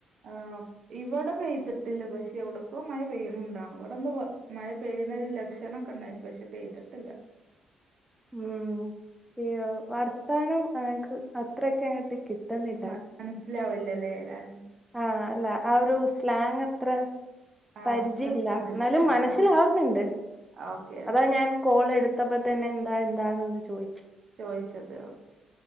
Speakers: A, on the right; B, in the centre.
A: ആഹ് ഇവടെ പെയ്തിട്ടില്ല പക്ഷെ എവിടെക്കോ മഴ പെയ്യ്ണ് ണ്ടാണും ഇവിടെന്ന് മഴ പെയ്യ്ണൊരു ലക്ഷണം ഒക്കെ ഇണ്ടായിന് പക്ഷെ പെയ്തിട്ടില്ല.
B: ഉം അയ്യോ വർത്താനം ഞങ്ങക്ക് അത്രക്കങ്ങട്ട് കിട്ടന്നില്ല
A: മ മനസ്സിലാവില്ലല്ലേ വല്ലാ
B: ആഹ് അല്ല ആ ഒരു സ്ലാങത്ര
A: ആഹ്
B: പരിചയില്ല
A: റെഡി കിട്ടുന്നില്ല
B: എന്നാലും
A: ആഹ്
B: മനസ്സിലാവുന്നുണ്ട്
A: ആഹ് ഓക്കെ ഓക്കെ
B: അതാ ഞാൻ കോളെടുത്തപ്പോ തന്നെ എന്താ എന്താന്ന് ചോയ്ച്ചെ
A: ചോയ്ച്ചത് ഓ